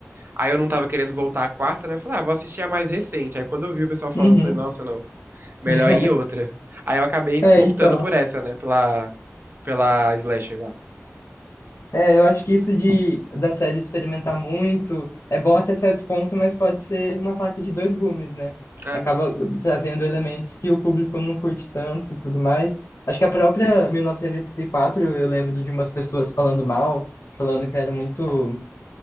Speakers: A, on the right; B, on the left.
A: Aí eu não tava querendo voltar à quarta, né? Eu falei, ah, vou assistir a mais recente. Aí quando eu vi o pessoal falando,
B: Uhum.
A: eu falei, nossa, não, melhor
B: <laughs>
A: ir em outra. Aí eu acabei es-
B: É,
A: optando
B: então.
A: por essa, né? Pela, pela slasher lá.
B: É, eu acho que isso de da série experimentar muito é bom até certo ponto, mas pode ser uma faca de dois gumes, né?
A: Ah,
B: Acaba trazendo elementos que o público não curte tanto e tudo mais. Acho que a própria 1984, eu eu lembro de umas pessoas falando mal, falando que era muito,